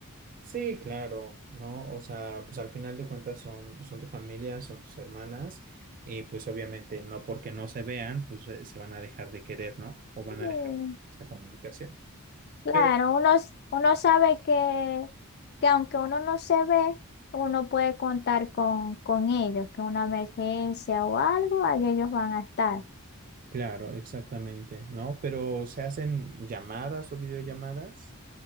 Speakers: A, on the right; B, on the left.
A: Sí, claro, ¿no? O sea, pues al final de cuentas son, son tu familia, son tus hermanas, y pues obviamente no porque no se vean, pues eh, se van a dejar de querer, ¿no? O van a
B: Mm.
A: dejar esta comunicación.
B: Claro,
A: Pero,
B: uno, s- uno sabe que, que aunque uno no se ve, uno puede contar con, con ellos, que una emergencia o algo, ahí ellos van a estar.
A: claro, exactamente, ¿no? Pero se hacen llamadas o videollamadas.